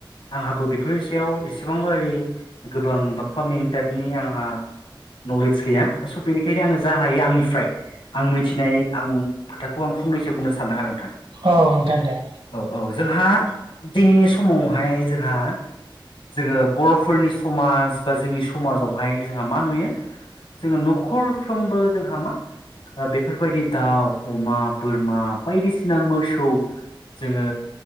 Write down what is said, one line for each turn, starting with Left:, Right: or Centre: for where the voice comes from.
Left: आंहाबो बेफोरनि सायाव एसेबां ओरि गोबां बा फार्मिं टाइपनि आंहा नलेज गैया स बेनिखायनो आङो जा हायो आंनिफ्राय आं मिथिनाय आं खोथाखौ आं फंनैसो बुंनो सानदों आरो नोंथां।
Right: औ नोंथां दे।
Left: औ औ जोंहा दिनैनि समावहाय जोंहा जोङो बर' फोरनि समाज बा जोंनि समाजावहाय जोंहा मा नुयो जोङो न'खरफ्रोमबो जोंहा मा बेफोरबायदि दाउ अमा बोरमा बायदिसिना मोसौ जोङो